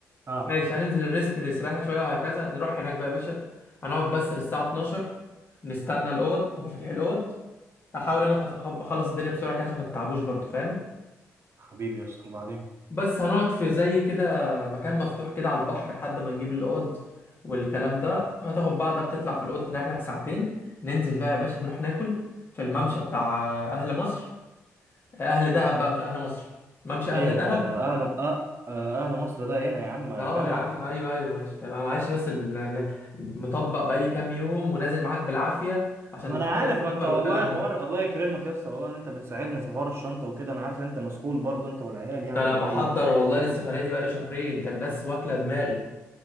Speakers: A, on the right; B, on the left.
A: اه
B: ماشي هننزل الريست نستريح شويه وهكذا نروح هناك بقى يا باشا هنقعد بس للساعه 12 نستنى الاوض مفاتيح الاوض هحاول انا أخ- أخب- اخلص الدنيا بسرعه كده عشان ما تتعبوش برضو فاهم
A: حبيبي يا اسطى وبعدين
B: بس هنقعد في زي كده مكان مفتوح كده على البحر لحد ما نجيب الاوض والكلام ده هتاخد بعضك تطلع في الاوضه تريح لك ساعتين ننزل بقى يا باشا نروح ناكل في الممشى بتاع اهل مصر اهل دهب بقى مش اهل مصر ممشى اهل
A: ايوه يا
B: دهب
A: باشا اهل أه... آه، اهل مصر ده هنا يا عم اجمع
B: اه يا عم
A: الكلام
B: ايوه
A: كده
B: ايوه ماشي تمام معلش بس ال- ال- مطبق بقالي كام يوم ونازل معاك بالعافيه عشان
A: ما انا
B: تحضير
A: عارف
B: السفر
A: ما انت والله
B: والكلام ده
A: حوار الله يكرمك يا اسطى والله ان انت بتساعدني في حوار الشنطه وكده انا عارف انت مسحول برضه انت والعيال يعني
B: ده انا
A: والله
B: بحضر
A: ي-
B: والله للسفريه دي بقالي شهرين انت الناس واكله دماغي